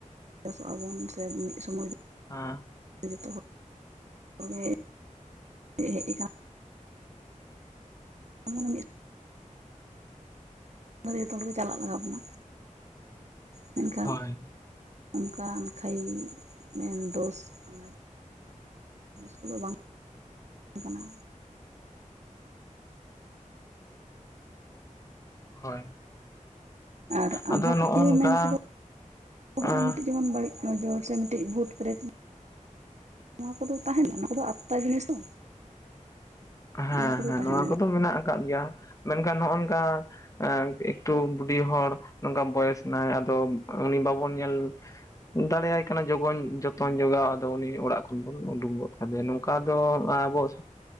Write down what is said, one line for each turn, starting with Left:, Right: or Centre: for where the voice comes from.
Right: ᱥᱚᱜ-ᱟ ᱵᱚᱱ ᱥᱮ ᱢᱤᱫ ᱥᱚᱢᱚᱭ ᱫᱚ,
Left: ᱦᱮᱸ
Right: ᱡᱚᱛᱚ ᱦᱚᱲ ᱦᱚᱲᱜᱮ ᱦᱮᱡ ᱟᱠᱟᱱᱟ ᱚᱱᱟ ᱢᱟᱱᱮ ᱢᱤᱫ ᱡᱚᱛᱚ ᱦᱚᱲ ᱜᱮ ᱪᱟᱞᱟᱜ ᱞᱟᱜᱟᱣ ᱟᱵᱚᱱᱟ ᱢᱮᱱᱠᱷᱟᱱ,
Left: ᱦᱳᱭ
Right: ᱚᱱᱠᱟᱱ ᱠᱷᱟᱭᱤ ᱢᱮᱱᱫᱳᱥ ᱚᱱᱟ ᱡᱤᱱᱤᱥ ᱠᱚᱫᱚ ᱵᱟᱝ ᱠᱟᱱᱟ
Left: ᱦᱳᱭ
Right: ᱟᱨ ᱟᱸᱫᱷᱟ
Left: ᱟᱫᱚ
Right: ᱯᱟᱹᱛᱭᱟᱹᱣ
Left: ᱱᱚᱜᱼᱚ ᱱᱚᱝᱠᱟ
Right: ᱢᱮᱱᱛᱮᱫᱚ ᱦᱚᱸᱜᱼᱚᱭ
Left: ᱮᱸ
Right: ᱢᱤᱫᱴᱤᱡ, ᱡᱮᱢᱚᱱ ᱵᱟᱹᱲᱤᱡ ᱱᱚᱡᱚᱨ ᱥᱮ ᱢᱤᱫᱴᱮᱱ ᱵᱷᱩᱛ ᱯᱨᱨᱮᱛ ᱾ ᱱᱚᱣᱟ ᱠᱚᱫᱚ ᱛᱟᱦᱮᱸᱱ ᱜᱮᱭᱟ ᱱᱚᱣᱟ ᱠᱚᱫᱚ ᱟᱛᱛᱟ ᱡᱤᱱᱤᱥ ᱛᱚ
Left: ᱦᱮᱸ
Right: ᱚᱱᱟ ᱠᱚᱫᱚ
Left: ᱦᱮᱸ
Right: ᱛᱟᱦᱮᱱ
Left: ᱱᱚᱣᱟ
Right: ᱜᱮᱭᱟ
Left: ᱠᱚᱫᱚ ᱢᱮᱱᱟᱜ ᱟᱠᱟᱫ ᱜᱮᱭᱟ ᱢᱮᱱᱠᱷᱟᱱ ᱱᱚᱜ-ᱚᱝᱠᱟ ᱮ ᱮᱠᱴᱩ ᱵᱩᱰᱷᱤ ᱦᱚᱲ ᱱᱚᱝᱠᱟ ᱵᱚᱭᱮᱥ ᱮᱱᱟᱭ ᱟᱫᱚ ᱩᱱᱤ ᱵᱟᱵᱚᱱ ᱧᱮᱞ ᱫᱟᱲᱮᱭᱟᱭ ᱠᱟᱱᱟ ᱡᱚᱜᱚᱧ ᱡᱚᱛᱚᱧ ᱡᱚᱜᱟᱣ ᱟᱫᱚ ᱩᱱᱤ ᱚᱲᱟᱜ ᱠᱷᱚᱱ ᱵᱚᱱ ᱩᱰᱩᱜ ᱜᱚᱜ ᱠᱟᱫᱮᱭᱟ ᱾ ᱚᱠᱟ ᱫᱚ ᱟᱵᱚᱣᱟᱜ